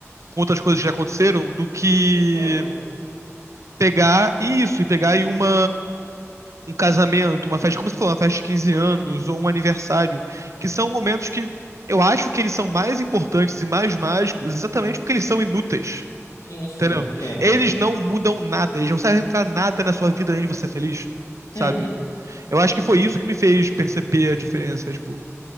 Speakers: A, on the right; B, on the left.
A: com outras coisas que já aconteceram, do que
B: entendo.
A: pegar e isso, e pegar e uma um casamento, uma festa, como você falou, uma festa de 15
B: Uhum,
A: anos ou um aniversário, que são momentos que eu acho que eles são mais importantes e mais mágicos exatamente porque eles são inúteis.
B: sim, sim,
A: Entendeu?
B: entendo.
A: Eles não mudam nada, eles não servem pra nada na sua vida além de você ser feliz, sabe?
B: Uhum,
A: Eu acho que foi isso que me fez perceber a diferença, tipo,